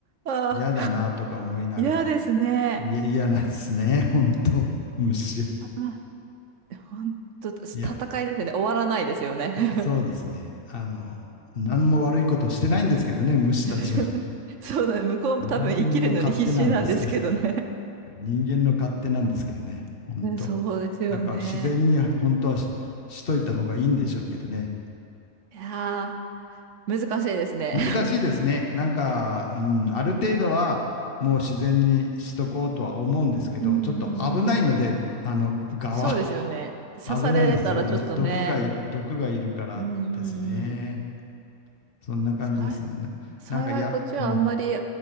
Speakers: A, on the right (about 70°); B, on the left (about 50°).
A: ー、あ
B: 嫌だなとか思いながら、
A: ー、嫌ですね。
B: いや、嫌なんですね、<laughs> 本当虫は。
A: あ、本当戦いですよね。
B: いや、
A: 終わらないですよね。<laughs>
B: そうですね。あの、何も悪いことしてないんですけどね、虫たちは。
A: <laughs> そうだね。向こうも多分生きるのに必死なんですけどね。
B: 人間の勝手なんですけど、人間の勝手なんですけどね、
A: <laughs>
B: 本当。
A: ねそうですよね。
B: だから自然に本当はし、しといた方がいいんでしょうけどね。
A: いやー、難しいですね。
B: 難しいですね。なんか、うん、ある程度はもう自然にしとこうとは思うんですけど、
A: <laughs> うんうんうん。
B: ちょっと危ないので、あの、側、
A: そうですよね。
B: <laughs>
A: 刺されたらちょっとね。
B: 危ないんですよ。もう毒がいる、毒がいるからですね。
A: うんうんうん。
B: そんな感じですね。
A: さ
B: な、
A: 幸いこっちはあんまり
B: なんか、や、うん。